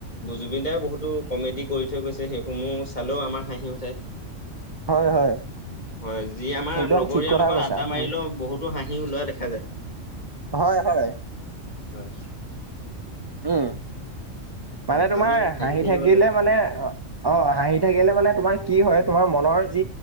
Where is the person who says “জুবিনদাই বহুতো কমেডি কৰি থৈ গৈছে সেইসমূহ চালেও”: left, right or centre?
Left